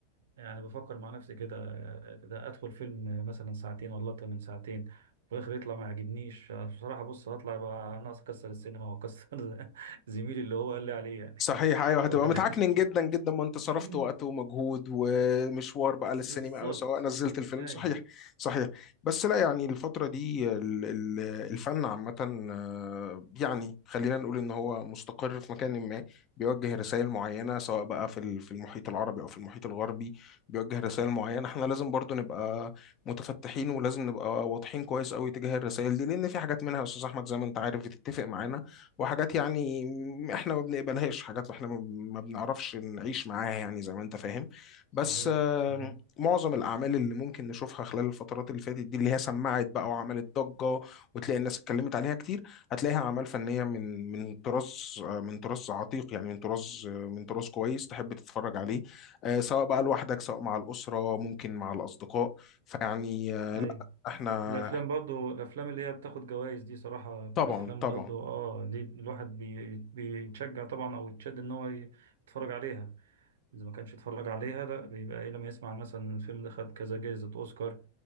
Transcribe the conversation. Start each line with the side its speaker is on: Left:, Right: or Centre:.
Right: يعني بفكر مع نفسي كده آه، ده ادخل فيلم مثلا ساعتين ولا اكتر من ساعتين في الاخر يطلع ما يعجبنيش آه، بصراحه بص هطلع بقى ناقص اكسر السينما واكسر <laughs> زميلي اللي هو قال لي عليه يعني
Left: صحيح ايوه
Right: <laughs>
Left: هتبقى
Right: واخد
Left: متعكنن جدا جدا ما انت صرفت
Right: <laughs>
Left: وقت ومجهود ومشوار بقى للسينما
Right: بالظبط
Left: او سواء نزلت الفيلم
Right: ايوه
Left: صحيح صحيح بس لا يعني الفتره دي ال- ال- الفن عامه آه، يعني خلينا نقول ان هو مستقر في مكان ما بيوجه رسائل معينه سواء بقى في ال- في المحيط العربي او في المحيط الغربي بيوجه رسائل معينه احنا لازم برضو نبقى متفتحين ولازم نبقى واضحين كويس قوي تجاه الرسائل دي لان في حاجات منها يا استاذ احمد زي ما انت عارف بتتفق معانا وحاجات يعني م- احنا ما بنقبلهاش حاجات احنا ما ما بنعرفش نعيش معاها يعني زي ما انت فاهم بس
Right: صحيح
Left: آه،
Right: صحيح
Left: معظم الاعمال اللي ممكن نشوفها خلال الفترات اللي فاتت دي اللي هي سمعت بقى وعملت ضجة وتلاقي الناس اتكلمت عليها كتير هتلاقيها اعمال فنية من من طراز آه، من طراز عتيق يعني من طراز آه، من طراز كويس تحب تتفرج عليه آه، سواء بقى لوحدك سواء مع الأسرة ممكن مع الأصدقاء فيعني آه،
Right: ايوه
Left: لا احنا
Right: الافلام برضو الافلام اللي هي بتاخد جوائز دي صراحه بتبقى
Left: طبعا
Right: افلام
Left: طبعا
Right: برضو اه دي الواحد بي- بيتشجع طبعا او يتشد ان هو ي- يتفرج عليها إذا ما كانش اتفرج عليها لا بيبقى إيه لما يسمع مثلا إن الفيلم ده خد كذا جائزة أوسكار